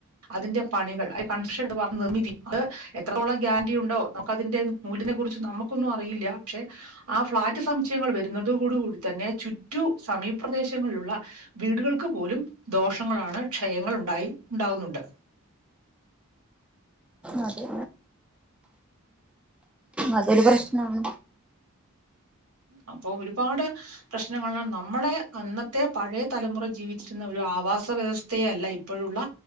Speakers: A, on the right; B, in the centre.
A: അതിന്റെ പണികൾ കൺസെ ണ്ട്‌ പറ നിർമ്മിച്ചിട്ട് എത്രത്തോളം ഗ്യാരണ്ടി ഉണ്ടോ ഒക്കെ അതിന്റെ മൂല്യത്തെ കുറിച്ച് നമുക്കൊന്നും അറിയില്ല പക്ഷെ ആ ഫ്ളാറ്റ് സമുച്ചയങ്ങൾ വരുന്നടു അതുകൂടു കൂടി തന്നെ ചുറ്റു സമീപ പ്രദേശങ്ങളിലുള്ള വീടുകൾക്ക് പോലും ദോഷങ്ങളാണ് ക്ഷയങ്ങൾ ഉണ്ടായി ഉണ്ടാകുന്നുണ്ട്
B: അതെ അതൊരു പ്രശ്നാണ്
A: അപ്പൊ ഒരുപാട് പ്രശ്നങ്ങളുള്ള നമ്മളെ അന്നത്തെ പഴയ തലമുറ ജീവിച്ചിരുന്ന ഒരു ആവാസ വ്യവസ്ഥയേ അല്ല ഇപ്പഴുള്ള